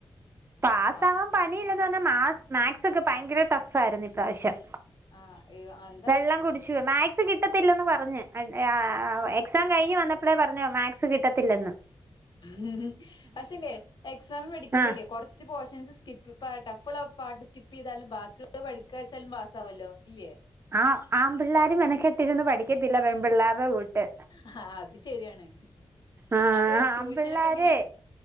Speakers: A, on the right; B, on the left.
A: പാസ
B: പാ
A: ആവാൻ പണിയില്ലേന്ന് പറഞ്ഞാൽ മാ മാക്സൊക്കെ ഭയങ്കര ടഫായിരുന്നു ഇപ്രാവശ്യം
B: ആഹ് എന്താ
A: വെള്ളം കുടിച്ചു മേക് സ് കിട്ടത്തില്ലെന്ന് പറഞ് ആ എക്സാം കഴിഞ്ഞ് വന്നപ്പളെ പറഞ്ഞു മാക്സ്‌ കിട്ടത്തില്ലെന്ന്
B: ഉം പക്ഷല്ലേ എക്സാമിന് പഠിക്കുമ്പല്ലേ
A: ആ
B: കൊ ർച്ച് പോഷൻസ് സ്കിപ്പ് ടഫുള്ള പാട്ട് സ്കിപ്പ് ചെയ്താലും ബാക്കിള്ളത് പഠിക്ക വെച്ചാലും പാസ്സ് ആവല്ലോ ഇല്ലേ?
A: ആ ആമ്പിള്ളേര് മെനക്കെട്ടിരുന്ന് പഠിക്കത്തില്ല പെൺപിള്ളേരുടെ കൂട്ട്
B: ആഹ് അത് ശരിയാണ്
A: ആഹ്
B: അപ്പൊ
A: ആഹ്
B: ട്യൂഷനൊക്കെ
A: ആമ്പിള്ളേര്
B: എങ്ങനെ